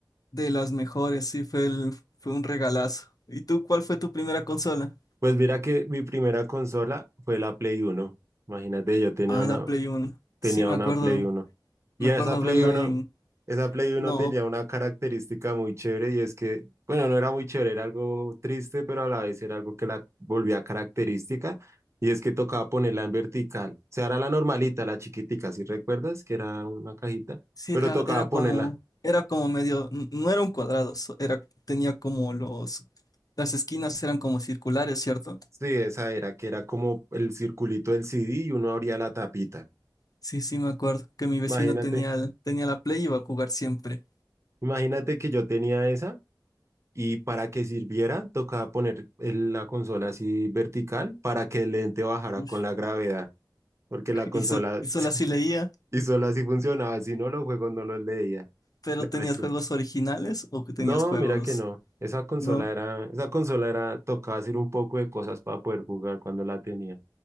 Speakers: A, on the left; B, on the right.
A: De las mejores, sí, fue, el- fue un regalazo. ¿Y tú cuál fue tu primera consola?
B: Pues mira que mi primera consola fue la Play Uno. Imagínate, yo tenía
A: Ah,
B: una,
A: la Play 1.
B: tenía
A: Sí, me
B: una
A: acuerdo,
B: Play Uno.
A: me
B: Y
A: acuerdo
B: esa Play
A: verla
B: uno
A: en...
B: esa Play uno
A: No,
B: tenía una característica muy chévere y es que, bueno, no era muy chévere, era algo triste, pero a la vez era algo que la volvía característica y es que tocaba ponerla en vertical. O sea, era la normalita, la chiquitica, si recuerdas, que era una cajita,
A: Sí,
B: pero
A: era,
B: tocaba
A: era como,
B: ponerla.
A: era como medio, n- no era un cuadrado, so- era, tenía como los, las esquinas eran como circulares, ¿cierto?
B: Sí, esa era, que era como el circulito del CD y uno abría la tapita.
A: Sí, sí, me acuerdo que mi vecino
B: Imagínate,
A: tenía, el- tenía la Play y iba a jugar siempre.
B: imagínate que yo tenía esa Y para que sirviera, tocaba poner el- la consola así vertical para que el lente bajara
A: Ush.
B: con la gravedad, porque la consola
A: Y, so- y solo
B: <laughs>
A: así leía,
B: y solo así funcionaba, si no los juegos no los leía.
A: pero
B: De
A: ¿tenías
B: resto,
A: juegos originales o que tenías
B: No,
A: juegos?
B: mira que no. Esa consola
A: No,
B: era, esa consola era, tocaba hacer un poco de cosas para poder jugar cuando la tenía,